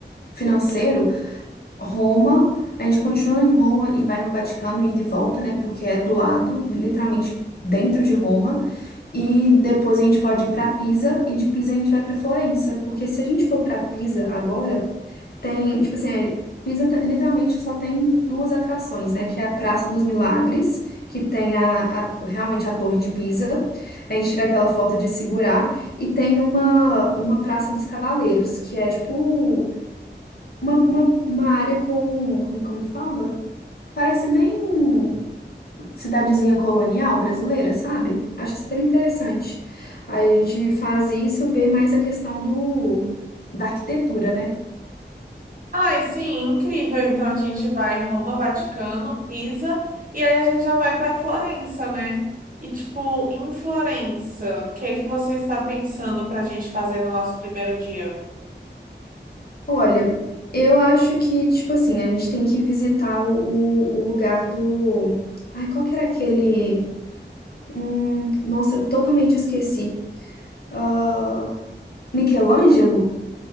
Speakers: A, on the left; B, on the right.
A: financeiro, Roma, a gente continua em Roma e vai no Vaticano e de volta, né? Porque é do lado, literalmente dentro de Roma. E depois a gente pode ir para Pisa e de Pisa a gente vai para Florença, porque se a gente for para Pisa agora, tem, tipo assim, é- Pisa te- literalmente só tem duas atrações, né? Que é a Praça dos Milagres, que tem a, a- realmente a Torre de Pisa. A gente tira aquela foto de segurar e tem uma uma Praça dos Cavaleiros, que é tipo uma, uma, uma área com, como, como que fala? Parece bem cidadezinha colonial brasileira, sabe? Acho super interessante. Aí a gente faz isso, vê mais a questão do, da arquitetura, né?
B: Ai, sim, incrível. Então a gente vai Roma, Vaticano, Pisa, e aí a gente já vai pra Florença, né? E tipo, em Florença, o que é que você está pensando pra gente fazer no nosso primeiro dia?
A: Olha, eu acho que, tipo assim, a gente tem que visitar o, o, o lugar do. Ai, qual que era aquele. Hum, nossa, eu totalmente esqueci. Ah, Michelangelo?